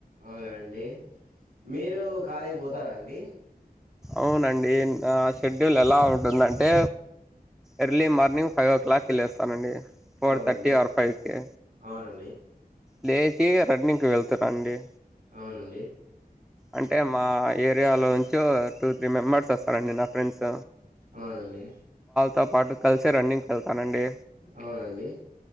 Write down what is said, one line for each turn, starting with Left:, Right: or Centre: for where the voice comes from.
Right: అవునా అండి మీరు కాలేజ్ పోతారా అండి
Centre: అవునండి నా షెడ్యూల్ ఎలా ఉంటుందంటే ఎర్లీ మార్నింగ్ ఫైవ్ ఓ క్లాక్కి లేస్తానండి ఫోర్
Right: అవునండి
Centre: థర్టీ ఆర్ ఫైవ్ కి
Right: అవునండి
Centre: లేచి రన్నింగ్ కి వెళ్తానండి
Right: అవునండి
Centre: అంటే మా ఏరియాలోంచో టూ త్రీ మెంబర్స్ వస్తారండి నా ఫ్రెండ్స్
Right: అవునండి
Centre: తో పాటు కలిసే రన్నింగ్ కెళ్తానండి
Right: అవునండి